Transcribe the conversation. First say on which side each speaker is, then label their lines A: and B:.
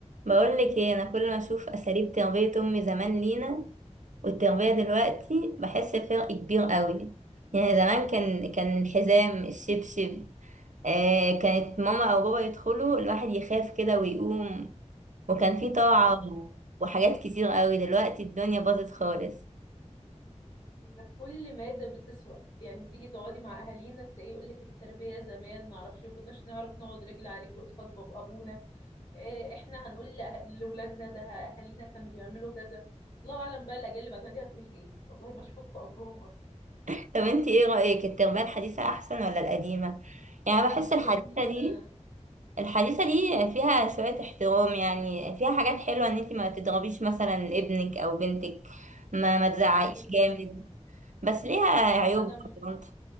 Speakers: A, on the right; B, on the left.
A: بقول لك ايه انا كل ما اشوف اساليب تربيه امي زمان لينا والتربيه دلوقتي بحس بفرق كبير قوي يعني زمان كان كان الحزام الشبشب آه كانت ماما او بابا يدخلوا الواحد يخاف كده ويقوم وكان في طاعه
B: حصل
A: وحاجات كتير قوي دلوقتي الدنيا باظت خالص
B: ان كل مادة بتسوى يعني تيجي تقعدي مع اهالينا تلاقيه يقول لك التربية زمان ما اعرفش ما كناش نعرف نقعد رجل على رجل قصاد باب ابونا إيه احنا هنقول لأه- لاولادنا ده اهالينا كانوا بيعملوا كذا الله اعلم بقى الاجيال اللي بعدها دي هتقول ايه والله مشكوك في امرهم اصلا
A: طب انت ايه رايك التربيه الحديثه احسن ولا القديمه يعني بحس الحديثه
B: بصي انا
A: دي الحديثة دي فيها شوية احترام يعني فيها حاجات حلوة ان انتي ما تضربيش مثلا ابنك او بنتك ما, ما تزعقيش
B: ما هو بالظبط
A: جامد بس ليها عيوب
B: انا م-
A: برضه